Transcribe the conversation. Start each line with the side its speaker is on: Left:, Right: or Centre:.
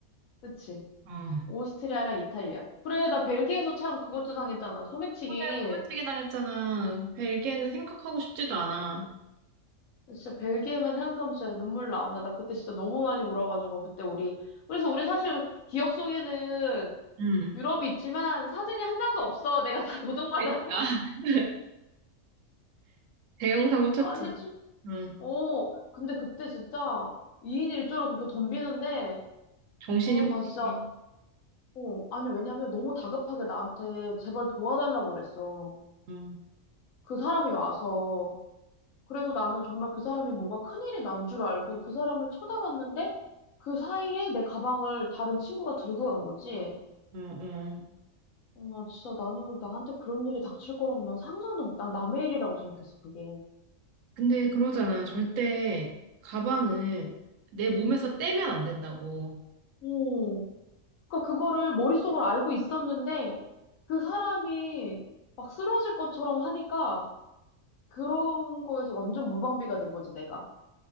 Left: 그치.
Right: 어.
Left: 오스트리아랑 이탈리아. 그래, 나 벨기에에서 참 그것도 당했잖아. 소매치기.
Right: 소매 소매치기 당했잖아. 벨기에는 생각하고 싶지도 않아.
Left: 진짜 벨기에만 생각하면 진짜 눈물 나온다. 나 그때 진짜 너무 많이 울어가지고, 그때 우리, 그래서 우리 사실 기억 속에는
Right: 음.
Left: 유럽이 있지만 사진이 한 장도 없어. 내가 다 도둑맞아.
Right: 그러니까 <laughs> 대형
Left: <laughs>
Right: 사고 쳤지.
Left: 아, 진짜. 추-
Right: 응
Left: 어, 근데 그때 진짜 2인 1조로 그렇게 덤비는데,
Right: 정신이
Left: 아,
Right: 혼미.
Left: 나 진짜, 어, 아니, 왜냐면 너무 다급하게 나한테 제발 도와달라고 그랬어.
Right: 응
Left: 그 사람이 와서. 그래서 나는 정말 그 사람이 뭐가 큰일이 난 줄 알고 그 사람을 쳐다봤는데, 그 사이에 내 가방을 다른 친구가 들고 간 거지.
Right: 어, 어.
Left: 어, 나 진짜 나는 나한테 그런 일이 닥칠 거라고 난 상상도 못, 난 남의 일이라고 생각했어, 그게.
Right: 근데 그러잖아. 절대 가방을 내 몸에서 떼면 안 된다고.
Left: 어. 그러니까 그거를 머릿속으로 알고 있었는데 그 사람이 막 쓰러질 것처럼 하니까 그런 거에서 완전 무방비가 된 거지, 내가.